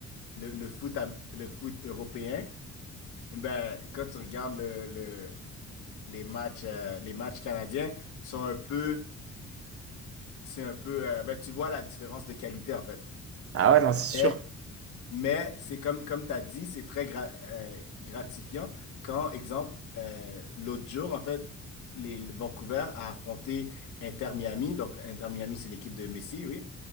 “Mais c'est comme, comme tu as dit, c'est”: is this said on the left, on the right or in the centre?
Left